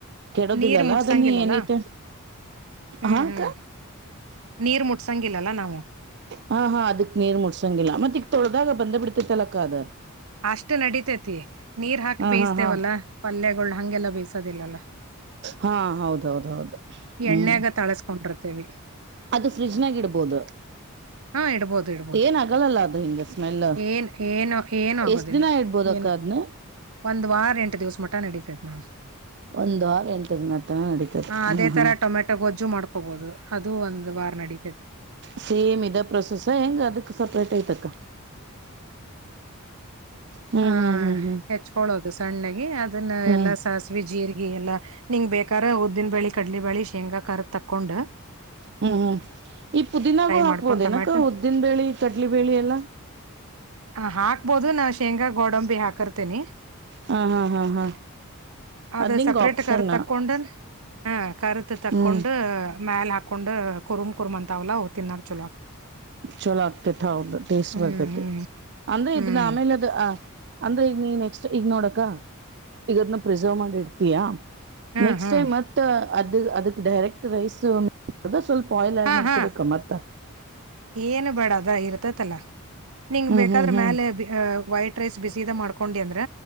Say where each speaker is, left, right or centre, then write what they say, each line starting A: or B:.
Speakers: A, on the right; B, on the right.
A: ಕೆಡೋದಿಲ್ಲಲ್ಲ
B: ನೀರ್ ಮುಟ್ಸಂಗಿಲ್ಲಲ್ಲ
A: ಅದ ನೀ ಎನಿ ಟೈಮ್
B: ಹ್ಮ್
A: ಹಾ ಅಕ್ಕ.
B: ಹ್ಮ್ ನೀರ್ ಮುಟ್ಸಂಗಿಲ್ಲಲ್ಲ ನಾವು.
A: ಹಾ ಹಾ ಅದಕ್ ನೀರ್ ಮುಡ್ಸಂಗಿಲ್ಲ ಮತ್ತ ಈಗ ತೊಳ್ದಾಗ ಬಂದ ಬಿಡ್ತತ ಅಲ್ಲಕ್ಕ ಅದು.
B: ಅಷ್ಟು ನಡಿತೇತಿ ನೀರ್ ಹಾಕಿ
A: ಹಾ
B: ಬೇಯಿಸತೇವಲ್ಲಾ
A: ಹಾ ಹಾ
B: ಪಲ್ಯಗಳು ಹಂಗೆಲ್ಲ ಬೇಯಸೋದಿಲ್ಲಲ್ಲ
A: ಹಾ ಹೌದೌದ ಹೌದು ಹ್ಮ್
B: ಎಣ್ಣ್ಯಾಗ ತಾಳಸ್ಕೊಂಡ್ರ <unintelligible>
A: ಅದು ಫ್ರಿಜ್ನಾಗ ಇಡ್ಬೋದು
B: ಹಾ ಇಡ್ಬೋದು ಇಡ್ಬೋದು
A: ಏನ ಆಗಲ್ಲಲ್ಲ ಅದು ಹಿಂಗ ಸ್ಮೆಲ್.
B: ಏನ್ ಏನು ಏನು ಆಗದಿಲ್ಲ
A: ಎಷ್ಟ್ ದಿನ ಇಡ್ಬೋದಕ್ಕ
B: ಏನು
A: ಅದ್ನ
B: ಒಂದ್ ವಾರ ಎಂಟು ದಿವ ವಸ ಮಟ ನಡೀತೇತಿ ನೋಡು.
A: ಒಂದ್ ಆರು ಎಂಟು ದಿನ ತನ ನಡೀತದೆ
B: ಹ ಅದೇ
A: ಹ್ಮ್
B: ತರ
A: ಹ್ಮ್
B: ಟೊಮೆಟೊ ಗೊಜ್ಜು ಮಾಡ್ಕೋಬಹದು ಅದು ಒಂ ವಾರ ನಡೀತೇ
A: ಸೇಮ್ ಇದ ಪ್ರೊಸೆಸ್ ಹಾ ಹೆಂಗ ಅದಕ್ ಸಪ್ರೇಟ್ ಐತಕ್ಕ. ಹ್ಮ್
B: ಹಾ
A: ಹ್ಮ್ ಹ್ಮ್ ಹ್ಮ್
B: ಹೆಚ್ಕೊಳ್ಳೋದು ಸಣ್ಣಾಗಿ ಅದನ್ನ
A: ಹ್ಮ್
B: ಎಲ್ಲಾ ಸಾಸಿವಿ. ಜೀರಿಗಿ ಎಲ್ಲಾ ನಿಂಗ್ ಬೇಕಾರ ಉದ್ದಿನ ಬ್ಯಾಳಿ ಕಡಲಿ ಬ್ಯಾಳಿ ಶೇಂಗಾ ಖಾರದ ತಕ್ಕೊಂಡ.
A: ಹ್ಮ್ ಹ್ಮ್ ಈ ಪುದೀನಾಗೂ ಹಾಕ್ಬೋದೇನಕ್ಕ
B: ಮಾಡ್ಕೊಂಡ್ ಟೊಮೆಟೊ
A: ಉದ್ದಿನ ಬೇಳಿ ಕಡ್ಲಿ ಬೇಳಿ ಎಲ್ಲಾ.
B: ಹ ಹಾಕ್ಬೋದು ನಾ ಶೇಂಗಾ ಗೋಡಂಬಿ ಹಾಕರ್ತೇನಿ
A: ಹ ಹಾ ಹಾ ಹಾ
B: ಅದು
A: ಅದ್ ನಿಂಗ
B: ಸಪ್ರೇಟ್
A: ಆಪ್ಷನ್
B: ಕರ್ದ್ ತಕ್ಕೊಂಡು ಹ ಕರ್ದ್ ತಕ್ಕೊಂಡು.
A: ಹ್ಮ್
B: ಮ್ಯಾಲ ಹಾಕೊಂಡ್ ಕುರ್ಮ್ ಕುರ್ಮಂತಾವಲ್ಲ ಅವು ತಿನ್ನಾಕ್ ಚೊಲೋ ಆಕ್ ವು.
A: ಚೋಲೋ ಆಗ್ತೇತ್ ಹೌದು ಟೇಸ್ಟ್
B: ಹ್ಮ್
A: ಬರ್ತೈತಿ.
B: ಹ್ಮ್
A: ಅಂದ್ರೆ
B: ಹ್ಮ್
A: ಇದನ್ನ ಆಮೇಲದು. ಅಂದ್ರೆ ಈಗ ನೀ ನೆಕ್ಸ್ಟ್ ಈಗ ನೋಡಕ್ಕ ಈಗದನ್ನ ಪ್ರಿಸರ್ವ್ ಮಾಡಿ ಇಡ್ತೀಯಾ.
B: ಹ್ಮ್
A: ನೆಕ್ಸ್ಟ್
B: ಹ್ಮ್
A: ಟೈಮ್ ಮತ್ತ. ಅದು ಅದಕ್ ಡೈರೆಕ್ಟ್ ರೈಸ್ <unintelligible> ಸ್ವಲ್ಪ್. ಬಾಯ್ಲ್ ಆಡ್
B: ಹಾ
A: ಮಾಡ್ಕೋಬೇಕ
B: ಹಾ
A: ಮತ್ತ.
B: ಏನು ಬೇಡ ಅದ್ರ ಇರ್ತತಲ್ಲ. ನಿಂಗ್
A: ಹ್ಮ್
B: ಬೇಕಾದ್ರ
A: ಹ್ಮ್ ಹ್ಮ್
B: ಮ್ಯಾಲ <unintelligible> ವೈಟ್ ರೈಸ್ ಬಿಸಿದ ಮಾಡ್ಕೊಂಡಿ ಅಂದ್ರ